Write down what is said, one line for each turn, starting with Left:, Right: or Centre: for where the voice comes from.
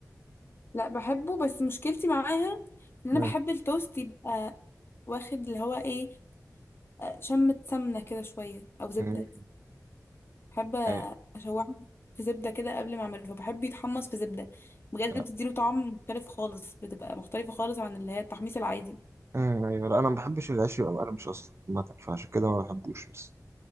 Left: لا بحبه بس مشكلتي معاها ان انا
Right: مم.
Left: بحب التوست يبقى واخد اللي هو ايه آه، شمة سمنة كده شوية او زبدة
Right: مم.
Left: بحب
Right: أيوة
Left: اشوحه في زبدة كده قبل ما اعمله فبحب يتحمص في زبدة بجد
Right: لا.
Left: بتديله طعم مختلف خالص بتبقى مختلفة خالص عن اللي هي التحميص العادي
Right: مم. أيوة لا أنا ما بحبش العيش يبقى مقرمش أصلا عامة فعشان كده ما بحبوش بس